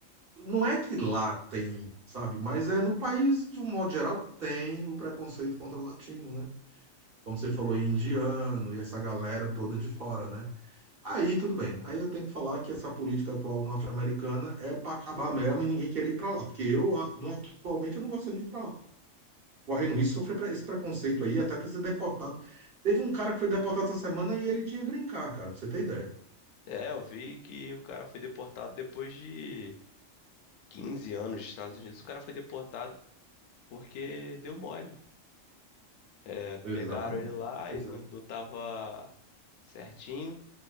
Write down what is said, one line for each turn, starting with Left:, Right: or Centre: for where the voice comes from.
Right: não é que lá tem, sabe? Mas é no país, de um modo geral, tem o preconceito contra o latino, né? Como você falou, aí, indiano e essa galera toda de fora, né? Aí tudo bem. Aí eu tenho que falar que essa política atual norte-americana é para acabar mesmo e ninguém querer ir para lá, porque eu a- atualmente eu não gostaria de ir para lá. correndo risco de sofrer pre- esse preconceito aí, até de ser deportado. Teve um cara que foi deportado essa semana e ele tinha green card, cara, pra você ter ideia.
Left: É, eu vi que o cara foi deportado depois de 15 anos dos Estados Unidos. O cara foi deportado porque deu mole. É,
Right: Exatamente.
Left: pegaram ele lá,
Right: Exato.
Left: ele não, não tava certinho.